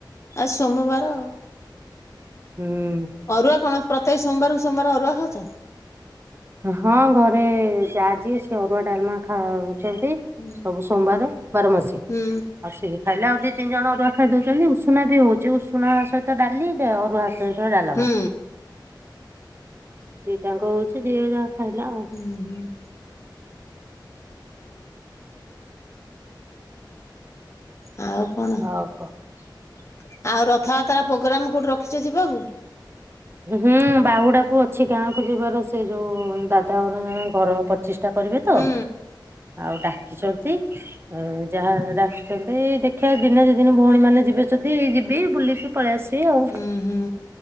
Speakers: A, on the left; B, on the right.
A: ଆଜ୍ ସୋମବାର ଆଉ।
B: ହୁଁ।
A: ଅରୁଆ କଣ ପ୍ରତ୍ୟେକ ସୋମ୍ବର୍କୁ ସୋମ୍ବାର୍ ଅରୁଆ ଖାଉଚ।
B: ହଁ ଘରେ ଯା ଜିିଏ ସେ ଅରୁଆ ଡାଲ୍ମା ଖା ଉଚନ୍ତି।
A: ହୁଁ
B: ସବୁ ସୋମ୍ବାରେ ବାରମାସୀ।
A: ହୁଁ
B: ଆଉ ସିଏ ଖାଇଲେ ଆଉ ଦି ତିନ୍ ଜଣ ଅରୁଆ ଖାଇଦଉଛନ୍ତି ଉଷୁନା ବି ହଉଛି ଉଷୁନା ସହିତ ଡାଲି ଅରୁଆ ସହି ଡାଲମା
A: ହୁଁ
B: ଦିଟାଙ୍କ ହଉଛି ଯିଏ ଯାହା ଖାଇଲା ଆଉ।
A: ହୁଁ ହୁଁ। ଆଉ କଣ
B: ଆଉ
A: ଆଉ
B: କ
A: ରଥଯାତ୍ରା ପୋଗ୍ରାମ୍ କୋଉଠି ରଖିଛ ଯିବାକୁ।
B: ହୁଁ ବାହୁଡାକୁ ଅଛି ଗାଁକୁୁ ଯିବାର ସେ ଯୋଉ ଦାଦାରେ ଘର ପ ଚିଷ୍ଟା କରିବେ ତ
A: ହୁଁ
B: ଆଉ ଡାକିଚନ୍ତି ଉଁ ଯାହା ଡାକିଚନ୍ତି ଏଇ ଦେଖିଆ ଦିନେ ଦିଦିନି ଭଉଣୀ ମାନେ ଯିବେ ଯଦି ଯିବି ବୁଲିକି ପଳି ଆସିବି ଆଉ।
A: ହୁଁ ହୁଁ